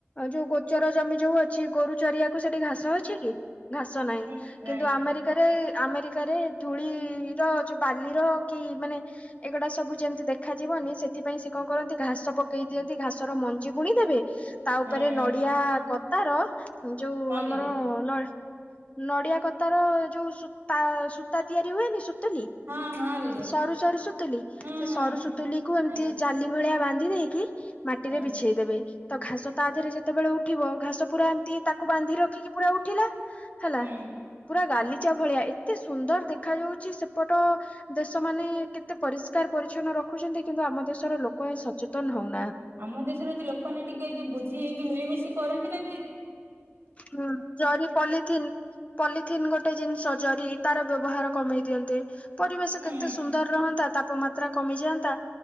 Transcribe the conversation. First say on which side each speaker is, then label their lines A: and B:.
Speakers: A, on the left; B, on the right.
A: ଯୋଉ ଗୋଚର ଜମି ଯୋଉ ଅଛି, ଗୋରୁ ଚରିଆକୁ ସେଠି ଘାସ ଅଛିକି ଘାସ ନାହିଁ
B: ହୁଁ ନାଇଁ
A: କିନ୍ତୁ ଆମେରିକାରେ ଆମେରିକାରେ ଧୂଳିର ଯୋଉ ବାଲିର କି ମାନେ ଏଗୁଡା ସବୁ ଯେମିତି ଦେଖାଯିବ ସେଥିପାଇଁ ସେ କଣ କରନ୍ତି ଘାସ ପକେଇ ଦିଅନ୍ତି ଘାସର ମଞ୍ଜି ବୁଣି ଦେବେ ତାଉପରେ
B: ହୁଁ
A: ନଡିଆ କତାର ଯୋଉ
B: ହଁ
A: ଆମର
B: ଦିଦି
A: ନ ନଡିଆ କତାର ଯୋଉତା ସୂତା ତିଆରି ହୁଏନି, ସୁତଲି
B: ହଁ ହଁ ଦିଦି
A: ସରୁ ସରୁ ସୁତୁଲି
B: ହୁଁ
A: ସେସରୁ
B: ହୁଁ
A: ସୁତୁଲିକୁ ଏମିତି
B: ଆଜ୍ଞା
A: ଜାଲି ଭଳିଆ ବାନ୍ଧି ଦେଇକି ମାଟିରେ
B: ହୁଁ
A: ବିଛେଇ ଦେବେ ତଘାସ ତାଦେହରେ ଯେତେବେଳେ ଉଠିବ ଘାସ ପୁରା ଏମିତି ତାକୁ ବାନ୍ଧି ରଖିକି, ପୁରା ଉଠିଲା ହେଲା
B: ହୁଁ।
A: ପୁରା ଗାଲିଚା ଭଳିଆ କେତେ ସୁନ୍ଦର ଦେଖା ଯାଉଛି, ସେପଟ ଦେଶ ମାନେ କେତେ ପରିଷ୍କାର ପରିଚ୍ଛନ୍ନ ରଖୁଛନ୍ତି କିନ୍ତୁ ଆମ ଦେଶର ଲୋକଏ ସଚେତନ ହଉନ
B: ଆମ ଦେଶରେ ଯଦି ଲୋକମାନେ ଟିକେ ବୁଝି ହେଇକି ମିଳିମିଶି କରନ୍ତିନା
A: ହୁଁ ଜରି ପଲିଥିନ ପଲିଥିନ୍ ଗୋଟେ ଜିନିଷ ସଜାର ତାର ବ୍ୟବହାର କମେଇ ଦିଅନ୍ତେ ପରିବେଶ
B: ହୁଁ
A: କେତେ ସୁନ୍ଦର ରହନ୍ତା ତାପମାତ୍ରା କମିଯାଆନ୍ତା